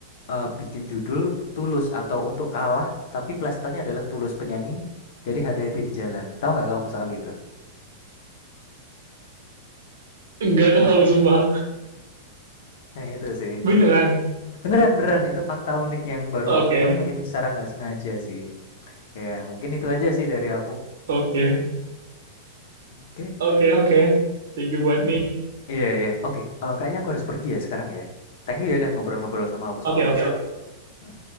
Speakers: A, on the left (about 60°); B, on the right (about 80°).
A: eh, bikin judul Tulus atau Untuk Kalah tapi plesetannya adalah Tulus penyanyi dari hati-hati di jalan. Tahu nggak kamu soal itu?
B: Nggak tahu sumpah.
A: Nah itu sih.
B: Beneran.
A: Beneran beneran itu fakta unik yang baru
B: Oke.
A: aku temuin secara nggak sengaja sih. Ya mungkin itu aja sih dari aku.
B: Oke.
A: Oke.
B: Oke, oke. Thank you buat nih.
A: Iya iya. Oke. Eh, kayaknya aku harus pergi ya sekarang ya. Thank you ya udah ngobrol-ngobrol sama aku soal
B: Oke, oke,
A: musik.
B: oke.
A: Hmm.